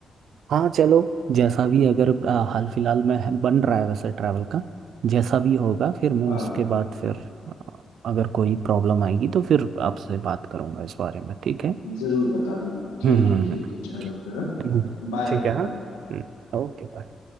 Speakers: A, on the right; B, on the left.
A: हाँ चलो जैसा भी अगर आ, हाल फिलहाल में है- बन रहा है वैसे ट्रैवल का जैसा भी होगा फिर मैं
B: हाँ
A: उसके बाद फिर आ, अगर कोई प्रॉब्लम आएगी तो फिर आपसे बात करूंगा इस बारे में ठीक है
B: जरूर बताना ठीक
A: हम्म
B: है
A: हम्म,
B: ठीक है चलो फिर
A: हम्म,
B: बाय
A: ठीक
B: भाई
A: है हाँ
B: बाय
A: ओके बाय